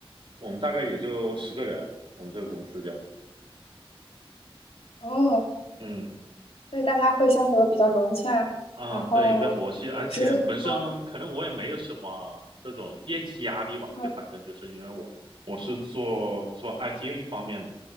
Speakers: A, on the right; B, on the left.
A: 我们大概也就十个人，我们这个公司就。
B: 哦，
A: 嗯，
B: 所以大家会相处的比较融洽，
A: 啊，
B: 然后呃，
A: 对，比较佛系，而且本身可能我也没有什么这种业绩压力吧，
B: 职责分工，嗯
A: 就反正就是因为我我是做做 IT 方面的，